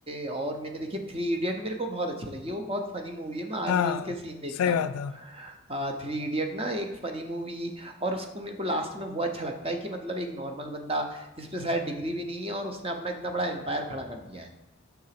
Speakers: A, on the right (about 25°); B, on the left (about 85°).
A: और मैंने देखी थ्री इडियट मेरे को बहुत अच्छी लगी वो बहुत फनी मूवी है मैं आज
B: हाँ
A: भी उसके सीन देखता
B: सही
A: हूँ
B: बात है
A: थ्री इडियट ना एक फनी मूवी और उसको मेरे को लास्ट में वो अच्छा लगता है कि मतलब एक नॉर्मल बंदा जिसपे शायद डिग्री भी नहीं है और उसने अपना इतना बड़ा एम्पायर खड़ा कर दिया है